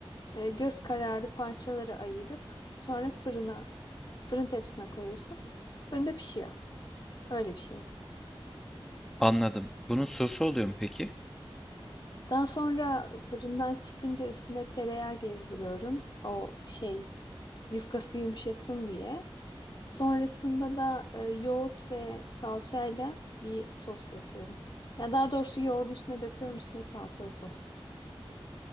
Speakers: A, on the left; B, in the centre.
A: e, göz kararı parçaları ayırıp sonra fırına, fırın tepsisine koyuyorsun. Fırında pişiyor. Öyle bir şey.
B: Anladım. Bunun sosu oluyor mu peki?
A: Daha sonra fırından çıkınca üstüne tereyağı gezdiriyorum. O şey yufkası yumuşasın diye. Sonrasında da e, yoğurt ve salçayla bir sos yapıyorum. Ya daha doğrusu yoğurdu üstüne döküyorum üstüne salçalı sos.